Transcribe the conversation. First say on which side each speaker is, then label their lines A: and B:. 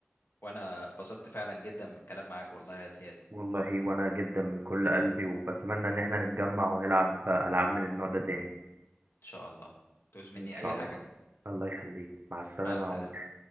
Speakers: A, on the left (about 70°); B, on the right (about 60°).
A: وانا اتبسطت فعلا جدا بالكلام معاك والله يا زياد
B: والله وانا جدا من كل قلبي وبتمنى ان احنا نتجمع ونلعب العاب من النوع ده تاني
A: شاء الله تعوز مني
B: ان شاء
A: أي حاجة
B: الله الله يخليك مع السلامه
A: مع السلامة
B: يا عمر